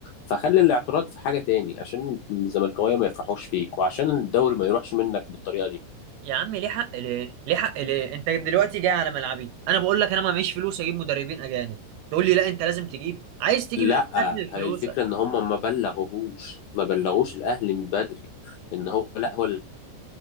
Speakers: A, on the left; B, on the right.
A: فخلي الاعتراض في حاجه تاني عشان الزملكاويه ما يفرحوش فيك وعشان الدوري ما يروحش منك بالطريقه دي
B: يا عم ليه حق ليه ليه حق ليه انت دلوقتي جاي على ملعبي انا بقول لك انا ما معيش فلوس اجيب مدربين اجانب تقول لي لا انت لازم تجيب عايز تجيب
A: لا
B: يا عم هات لي فلوسك
A: هي الفكره ان هم ما بلغوهوش ما بلغوش الاهلي من بدري ان هو لا هو